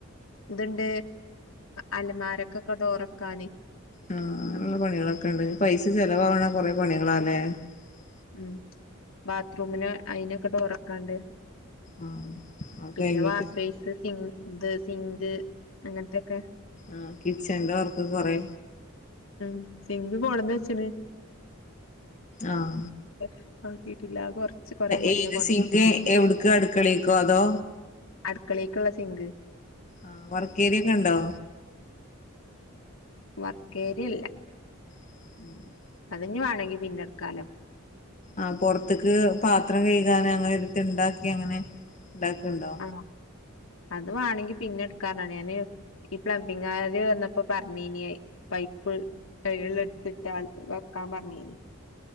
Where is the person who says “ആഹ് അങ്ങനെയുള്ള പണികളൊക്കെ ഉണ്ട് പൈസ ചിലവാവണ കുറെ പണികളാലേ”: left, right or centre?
Left